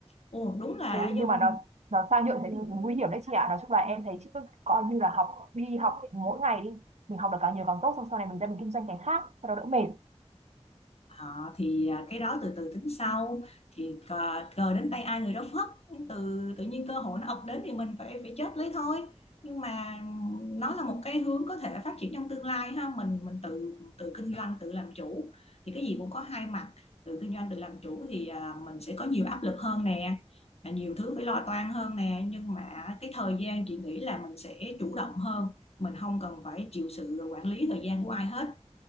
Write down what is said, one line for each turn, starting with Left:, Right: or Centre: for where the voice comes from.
Left: ồ đúng là
Right: Ôi, nhưng
Left: dân
Right: mà nó nó sang nhượng thế thì nguy hiểm đấy chị ạ nói chung là em thấy chị cứ coi như là học đi học mỗi ngày đi mình học được càng nhiều càng tốt xong sau này mình ra mình kinh doanh cái khác sau đó đỡ mệt
Left: Ờ, thì à, cái đó từ từ tính sau thì cờ, cờ đến tay ai người đó phất từ tự nhiên cơ hội nó ập đến thì mình phải phải chớp lấy thôi nhưng mà nó là một cái hướng có thể phát triển trong tương lai ha mình mình tự tự kinh doanh tự làm chủ thì cái gì cũng có hai mặt tự kinh doanh tự làm chủ thì à, mình sẽ có nhiều áp lực hơn nè à, nhiều thứ phải lo toan hơn nè nhưng mà cái thời gian chị nghĩ là mình sẽ chủ động hơn mình không cần phải chịu sự quản lý thời gian của ai hết